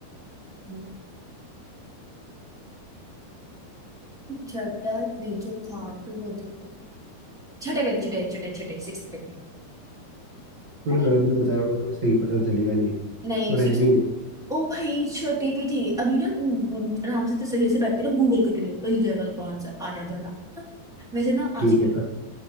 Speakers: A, in the centre; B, on the right.
A: अ, छठा नहीं जो था फिर वो तो छठे पे थे छठे छठे छठे सिक्स पे थे
B: तूने
A: अरे
B: गलत भी बताया होगा तो सही पता चलेगा नहीं तो
A: नहीं
B: रहने
A: सिक्स
B: दे
A: ओ भाई छठी पे थी अभी ना आराम से तसल्ली से बैठ के ना गूगल कर लिया मिल जाएगा तो कौन सा आया दौड़ा हाँ, वैसे ना आजकल
B: ठीक है कट